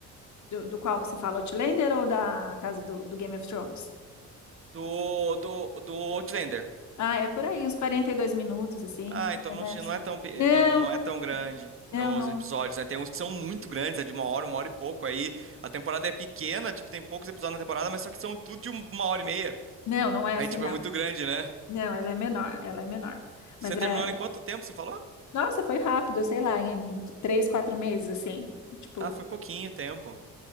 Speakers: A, on the left; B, on the right.
A: do, do qual você fala, Outlander ou da casa do do Game of Thrones?
B: do, do, do Outlander.
A: Ah, é por aí, uns 42 minutos, assim,
B: Ah, então
A: pelo
B: não,
A: menos.
B: che- não é tão, pe-
A: Não,
B: não, não é tão grande não,
A: não, não.
B: os episódios, né? Tem uns que são muito grandes, é de uma hora, uma hora e pouco aí. A temporada é pequena, tipo, tem poucos episódios na temporada, mas só que são tudo de um- uma hora e meia.
A: Não, não é
B: Aí,
A: assim,
B: tipo,
A: não.
B: é muito grande, né?
A: Não, ela é menor, ela é menor.
B: Você
A: Mas é.
B: terminou ela em quanto tempo, você falou?
A: Nossa, foi rápido, sei lá, em três, quatro meses, assim. Tipo,
B: Ah, foi pouquinho tempo.